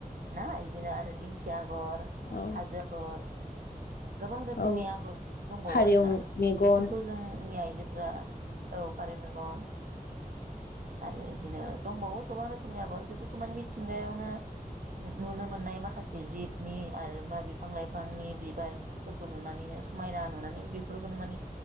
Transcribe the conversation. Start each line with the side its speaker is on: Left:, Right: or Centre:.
Right: ना इदिनो आरो दिंखिया आगर
Left: औ
Right: हाजो आगर गोबां रोखोमनि
Left: औ
Right: आगर दंबावो
Left: फारौ
Right: आरो ना
Left: मेगन
Right: बेफोरखौ जोंनि आइजोफोरा औ फारि मेगन आरो इदिनो दंबावो गोबां रोखोमनि आगर बेफोरखौ माने मिथिंगायाव नुनो मोननाय माखासे जिबनि आरो मा बिफां लाइफांनि बिबारफोरखौ नुनानैनो समायना नुनानै बेफोरखौनो मानि